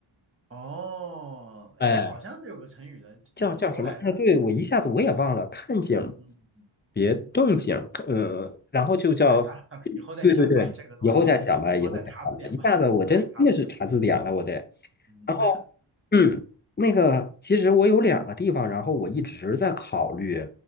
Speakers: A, on the right; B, on the left.
A: 哦，
B: 哎，
A: 哎，好像是有个成语的，
B: 叫叫什么？
A: 怎么说来着？
B: 哎，对，我一下子我也忘了。看景儿，
A: 嗯。
B: 别动景儿，嗯，然后就叫，
A: 哎，算了算了，以后再想吧，
B: 对对对，
A: 这个东西以后再查字典吧，
B: 以后再想吧，以后再想吧。一下子我真真的是查字典了，
A: 以后再查字典吧。
B: 我得。
A: 嗯，
B: 然后。嗯，那个，其实我有两个地方，然后我一直在考虑。